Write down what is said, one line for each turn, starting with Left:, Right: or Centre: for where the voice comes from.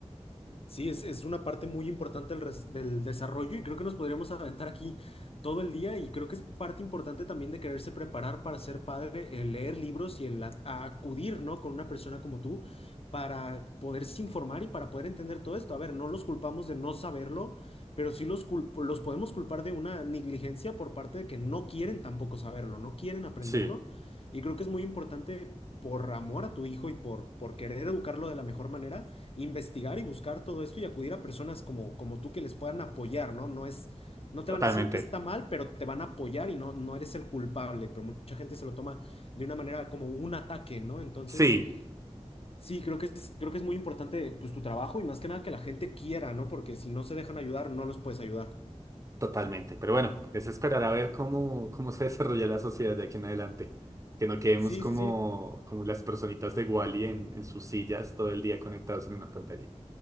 Left: Sí, es, es una parte muy importante del, res- del desarrollo y creo que nos podríamos aventar aquí todo el día y creo que es parte importante también de quererse preparar para ser padre, el leer libros y el a- a acudir, ¿no? con una persona como tú para poderse informar y para poder entender todo esto. A ver, no los culpamos de no saberlo, pero sí los, culp- los podemos culpar de una negligencia por parte de que no quieren tampoco saberlo, no quieren aprenderlo
Right: Sí,
Left: y creo que es muy importante por amor a tu hijo y por, por querer educarlo de la mejor manera investigar y buscar todo esto y acudir a personas como, como tú que les puedan apoyar, ¿no? No es, no te
Right: totalmente.
Left: van a decir que está mal, pero te van a apoyar y no, no eres el culpable, pero mucha gente se lo toma de una manera como un ataque, ¿no? Entonces,
Right: Sí,
Left: sí, creo que es, creo que es muy importante pues tu trabajo y más que nada que la gente quiera, ¿no? Porque si no se dejan ayudar, no los puedes ayudar.
Right: totalmente. Pero bueno, es esperar a ver cómo, cómo se <laughs> desarrolla la sociedad de aquí en adelante. Que no quedemos
Left: Sí,
Right: como,
Left: sí, sí,
Right: como las personitas de Wally en, en sus sillas todo el día conectados en una pantalla.